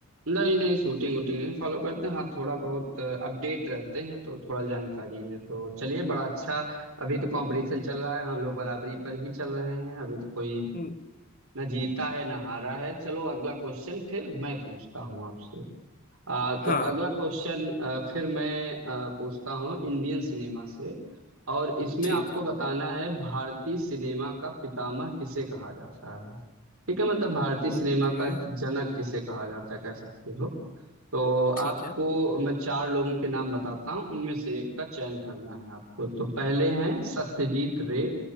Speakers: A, on the right (about 75°); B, on the left (about 40°).
A: नहीं नहीं शूटिंग वूटिंग नहीं फॉलो करते हैं हाँ थोड़ा बहुत अपडेट रहते हैं तो थोड़ा जानकारी है तो चलिए बड़ा अच्छा अभी तो कंपटीशन चल रहा है हम लोग बराबरी पर ही चल रहे हैं अभी तो कोई
B: हम्म,
A: ना जीता है ना हारा है चलो अगला क्वेश्चन फिर मैं पूछता हूँ आपसे आ, तो
B: हाँ
A: अगला
B: हाँ
A: क्वेश्चन आ, फिर मैं आ, पूछता हूँ इंडियन सिनेमा से और इसमें
B: ठीक
A: आपको
B: है
A: बताना है भारतीय सिनेमा का पितामह किसे कहा जाता है ठीक है मतलब भारतीय सिनेमा
B: ओके
A: का जनक किसे कहा जाता है कह सकते हो तो
B: ठीक
A: आपको
B: है
A: मैं चार लोगों के नाम बताता हूँ उनमें से एक का चयन करना है आपको तो पहले हैं सत्यजीत रे